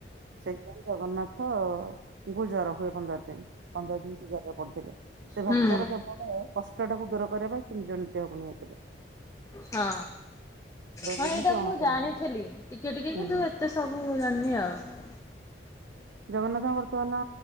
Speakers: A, on the right (about 80°); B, on the left (about 15°).
A: ସେଇଥିପାଇଁ ଜଗନ୍ନାଥ ହଁ ତାଙ୍କୁ ଜର ହୁଏ ପନ୍ଦର ଦିନ। ପନ୍ଦର ଦିନ ସେ ଜରରେ ପଡିଥିଲେ। ସେ ଭକ୍ତର
B: ହଁ
A: କେବଳ କଷ୍ଟ ଟାକୁ ଦୂର କରିବା ପାଇଁ ସେ ନିଜ ଦେହକୁ ନେଇଯାଇଥିଲେ।
B: ହଁ। ହଁ
A: ଦିନ
B: ଏଇଟା
A: କି ଅଣସର
B: ମୁଁ ଜାଣିଥିଲି
A: ଘରେ
B: ଟିକେ ଟିକେ
A: ହୁଁ
B: କିନ୍ତୁ ଏତେ ସବୁ ଜାଣିନି ଆଉ।
A: ଜଗନ୍ନାଥ ବର୍ତ୍ତମାନ